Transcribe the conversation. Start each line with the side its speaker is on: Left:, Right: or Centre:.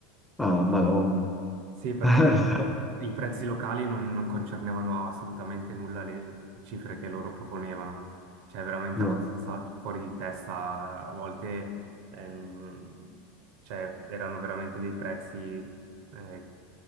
Centre: Ah, Madonna.
Right: Sì, perché
Centre: <laughs>
Right: i prezzi locali non, non concernevano assolutamente nulla le cifre che loro proponevano, cioè veramente
Centre: No,
Right: abbastanza fuori di testa, a volte ehm, cioè, erano veramente dei prezzi eh,